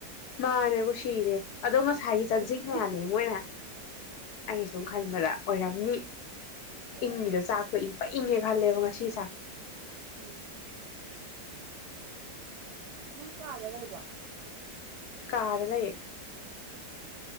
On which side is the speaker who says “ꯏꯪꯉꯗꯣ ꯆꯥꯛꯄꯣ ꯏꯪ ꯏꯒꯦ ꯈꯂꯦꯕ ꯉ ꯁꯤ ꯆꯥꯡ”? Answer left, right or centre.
Left